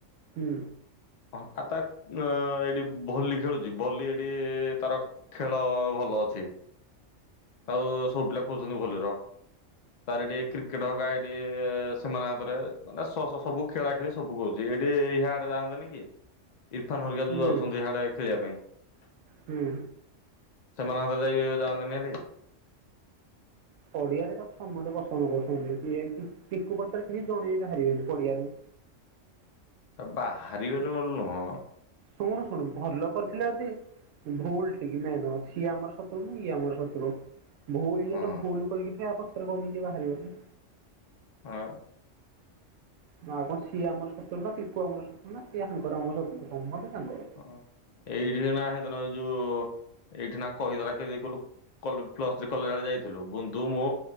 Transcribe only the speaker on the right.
ହୁଁ।
ହୁଁ
ହୁଁ।
ପଡିଆରେ ସବୁ ସମସ୍ତେ ପସନ୍ଦ କରୁଛନ୍ତି କି ପିକୁ ପଛରେ କିଛି ଜଣେଇ ବି ବାହାରିବେନି ପଡିଆରେ।
ଶୁଣୁ ଶୁଣୁ ଭଲ କରିଥିଲେ ଯଦି? ଭୁଲ ଠିକ ମେ ନ ସିଏ ଆମର ଶତ୍ରୁ ନା ଇଏ ଆମର ଶତ୍ରୁ। ଭୁଲ ଇଏ
ତ ଭୁଲ କରିଛି ଆ ପଛରେ କଣ କେହି ବାହାରିବେନି?
ନା କଣ ସିଏ ଆମର ଶତ୍ରୁ ନାଙଙଙ ଙଞଙ।